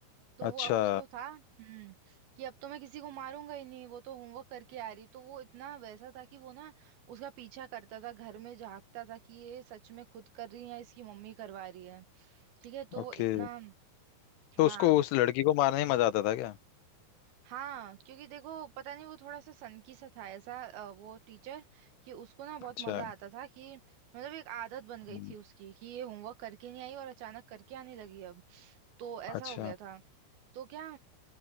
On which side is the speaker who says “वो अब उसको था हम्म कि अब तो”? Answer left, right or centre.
Right